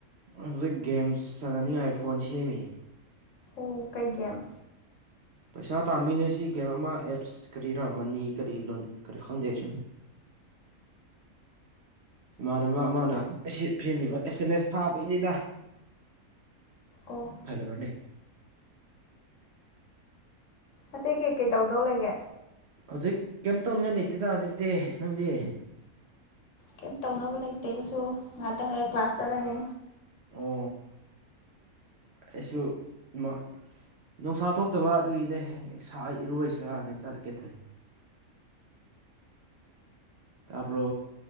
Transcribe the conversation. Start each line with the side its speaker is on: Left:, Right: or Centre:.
Right: ꯍꯧꯖꯤꯛ ꯒꯦꯝꯁ ꯆꯥꯟꯅꯅꯤꯡꯉꯥꯏ ꯐꯣꯟ ꯁꯦꯝꯃꯤ
Left: ꯎ ꯀꯩꯒꯤꯦꯝ
Right: ꯄꯩꯁꯥ ꯇꯥꯃꯤꯟꯅꯁꯤ ꯒꯦꯝ ꯑꯃ ꯑꯦꯞꯁ ꯀꯔꯤꯔꯥ ꯃꯅꯤ ꯀꯔꯤ ꯂꯣꯟ ꯀꯔꯤ ꯈꯪꯗꯦ ꯑꯩꯁꯨ ꯏꯃꯥꯟꯅꯕ ꯑꯃꯅ ꯑꯁꯤ ꯐꯦꯝꯕꯤꯕ ꯑꯦꯁ ꯑꯦꯝ ꯑꯦꯁ ꯊꯥꯕꯒꯤꯅꯤꯅ
Left: ꯑꯣ
Right: ꯐꯥꯏ ꯂꯕꯅꯦ
Left: ꯑꯇꯩ ꯀꯩꯀꯩ ꯇꯧꯗꯧ ꯂꯩꯒꯦ
Right: ꯍꯧꯖꯤꯛ ꯀꯩꯝ ꯇꯧꯅꯤꯡꯉꯥꯏ ꯂꯩꯇꯦꯗ ꯍꯧꯖꯤꯛꯇꯤ ꯅꯪꯗꯤ
Left: ꯀꯩꯝ ꯇꯧꯅꯕ ꯂꯩꯇꯦ ꯑꯩꯁꯨ ꯉꯥꯏꯍꯥꯛꯇꯪ ꯂ ꯀ꯭ꯂꯥꯁ ꯆꯠꯂꯅꯤ
Right: ꯑꯣ ꯑꯩꯁꯨ ꯏ ꯅꯨꯡꯁꯥ ꯊꯣꯛꯇꯕ ꯑꯗꯨꯒꯤꯅꯦ ꯏꯔꯣꯏꯁꯤꯔꯥꯅ ꯆꯠꯀꯦ ꯇꯧꯔꯤꯅꯤ ꯇꯥꯄꯣ